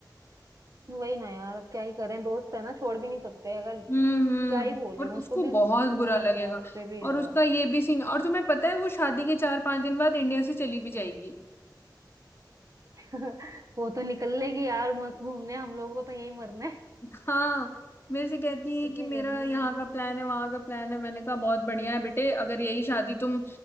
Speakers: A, on the right (about 45°); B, on the left (about 30°).
A: वही ना यार अब क्या ही करें दोस्त है ना छोड़ भी नहीं सकते अगर
B: हम्म हम्म
A: क्या ही बोले
B: और
A: उसको
B: उसको
A: भी
B: बहुत
A: नहीं सो- सोचा
B: बुरा लगेगा
A: गया उससे भी
B: और
A: यार
B: उसका ये भी सीन और तुम्हें पता है वो शादी के चार पांच दिन बाद इंडिया से चली भी जाएगी
A: <laughs> वो तो निकल लेगी यार मस्त घूमने हम लोगों को तो यहीं मरना है
B: हाँ मेरे से कहती है
A: इतनी
B: कि मेरा
A: गर्मी
B: यहाँ
A: है
B: का प्लान है वहाँ का प्लान है मैंने कहा बहुत बढ़िया है बेटे अगर यही शादी तुम